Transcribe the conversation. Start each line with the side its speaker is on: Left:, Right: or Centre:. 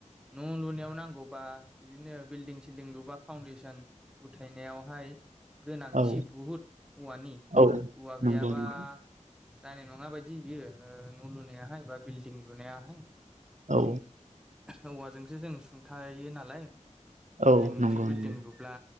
Centre: न' लुनायाव नांगौबा बिदिनो बिल्डिं सिल्डिं लुबा फाउन्डेसन उथायनायावहाय गोनांथि
Right: औ
Centre: बहुद औवानि
Right: औ
Centre: औवा
Right: नंगौ
Centre: गैयाबा
Right: नोंथां
Centre: जानाय नङा बायदि बियो ओ न' लुनायाहाय बा बिल्डिं लुनायाहाय
Right: औ
Centre: औवाजोंसो जों सुंथायो नालाय बिल्डिं
Right: औ
Centre: मोनसे
Right: नंगौ
Centre: बिल्डिं
Right: नंगौ
Centre: लुब्ला